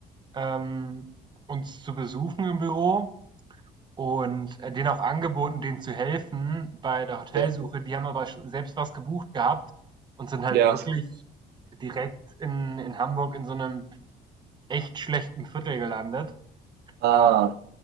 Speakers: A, on the right (about 25°); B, on the right (about 75°).
A: ähm, uns zu besuchen im Büro und, äh, denen auch angeboten, denen zu helfen bei der Hotelsuche.
B: Ja.
A: Die haben aber sch selbst was gebucht gehabt und sind halt
B: Ja.
A: wirklich direkt in in Hamburg in so einem echt schlechten Viertel gelandet.
B: Ah,
A: Ähm